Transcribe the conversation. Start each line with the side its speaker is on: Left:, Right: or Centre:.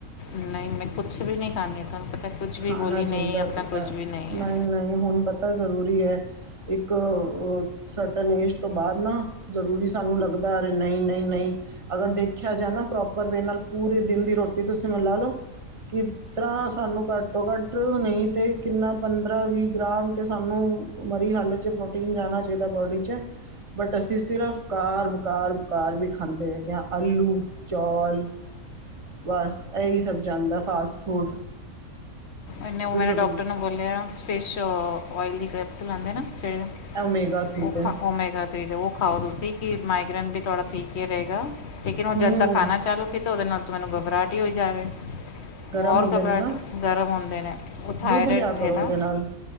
Left: ਨਹੀਂ ਮੈਂ ਕੁਛ ਵੀ ਨਹੀਂ ਖਾਂਦੀ ਨਹੀਂ ਤਹਾਨੂੰ ਪਤਾ ਕੁਛ
Right: ਖਾਣਾ
Left: ਵੀ ਗੋਲੀ
Right: ਚਾਹੀਦਾ
Left: ਨੀ ਆਪਣਾ
Right: ਪਤਾ
Left: ਕੁਛ ਵੀ ਨੀ
Right: ਨਹੀਂ
Left: ਐ।
Right: ਨਹੀਂ ਹੁਣ ਪਤਾ ਜ਼ਰੂਰੀ ਐ ਇੱਕ। ਸਰਟਨ ਏਜ ਤੋਂ ਬਾਅਦ ਨਾ ਜ਼ਰੂਰੀ ਸਾਨੂੰ ਲੱਗਦਾ ਅਰੇ ਨਹੀਂ ਨਹੀਂ ਨਹੀਂ। ਅਗਰ ਦੇਖਿਆ ਜਾ ਨਾ ਪ੍ਰੋਪਰ ਵੇ ਨਾਲ ਪੂਰੇ ਦਿਨ ਦੀ ਰੋਟੀ ਤੁਸੀਂ ਮੈਨੂੰ ਲਾ ਲੋਅ। ਕਿਸ ਤਰ੍ਹਾਂ ਸਾਨੂੰ ਕੱਟ। ਤੋਂ ਘੱਟ ਨਹੀ ਤੇ ਕਿੰਨਾ ਪੰਦਰਾਂ ਵੀਹ ਗ੍ਰਾਮ ਤੇ ਸਾਨੂੰ ਮਰੀ ਹਾਲਤ ਪ੍ਰੋਟੀਨ ਜਾਣਾ ਚਾਹੀਦਾ ਬੋਡੀ 'ਚ- ਬਟ ਅਸੀ ਸਿਰਫ ਬਕਾਰ ਬਕਾਰ ਬਕਾਰ ਵੀ ਖਾਂਦੇ ਹੈਗੇ ਹਾਂ ਆਲੂ ਚੌਲ ਬਸ ਇਹੀ ਸਭ ਜਾਂਦਾ ਫਾਸਟ ਫੂਡ-
Left: ਇਨੇ
Right: ਅਤੇ
Left: ਉਹ ਮੈਨਾ
Right: ਜ਼ਰੂਰ
Left: ਡਾਕਟਰ ਨੂੰ ਬੋਲਿਆ ਫੇਸ਼ ਓਇਲੀ ਦੀ ਕੈਪਸ ਲੈਂਦੇ ਨਾ ਜਿਹੜੇ
Right: ਓਮੇਗਾ ਥ੍ਰੀ
Left: ਓ
Right: ਦੇ
Left: ਓਮੈਗਾ ਉਹ ਖਾਓ ਤੁਸੀ ਕਿ ਮਾਈਗ੍ਰਨ ਵੀ ਥੋੜਾ ਠੀਕ ਹੀ ਰਹੇਗਾ ਲੇਕਿਨ ਹੁਣ
Right: ਹੂੰ
Left: ਜਦ ਦਾ ਖਾਣਾ ਚਾਲੂ ਕੀਤਾਂ ਉਹਦੇ ਨਾਲ ਤਾਂ ਮੈਨੂੰ ਘਬਰਾਹਟ ਹੀ ਹੋਈ ਜਾ ਰਹਾ
Right: ਗਰਮ
Left: ਓ ਔਰ
Right: ਹੁੰਦੇ
Left: ਗਬਰਾਟ
Right: ਨੇ ਨਾ
Left: ਗਰਮ ਹੁੰਦੇ ਨੇ ਉਹ ਥਾਈਰਾਇਡ
Right: ਦੁੱਧ ਲਿਆ ਕਰੋ
Left: ਨਾ
Right: ਉਹਦੇ ਨਾਲ